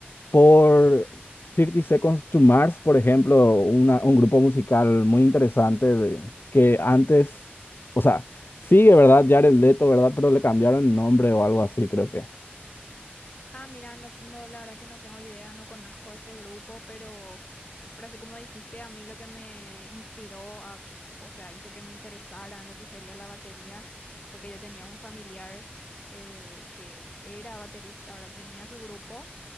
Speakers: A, on the left; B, on the left.
A: por thirty Seconds to Mars, por ejemplo, una- un grupo musical muy interesante de, que antes, o sea, sigue, ¿verdad? Jared Leto, ¿verdad? Pero le cambiaron el nombre o algo así, creo que.
B: Ah, mira, no, no, la verdad que no tengo idea, no conozco ese grupo, pero, pero así como dijiste, a mí lo que me inspiró a, o sea, hizo que me interesara en lo que sería la batería, porque yo tenía un familiar eh, que era baterista, ¿verdad? Tenía su grupo